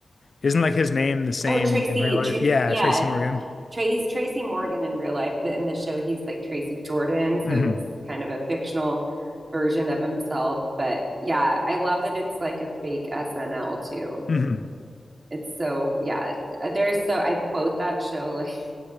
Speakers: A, on the left; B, on the right.
A: isn't like his name the same
B: Oh, Tracy,
A: in real life?
B: Tra
A: Yeah,
B: yeah,
A: Tracy Morgan.
B: Tra he's Tracy Morgan in real life, but in the show, he's like Tracy Jordan. So
A: hmm
B: he's kind of a fictional version of himself. But yeah, I love that it's like a fake SNL too.
A: hmm
B: It's so, yeah, it's- there's so, I quote that show like,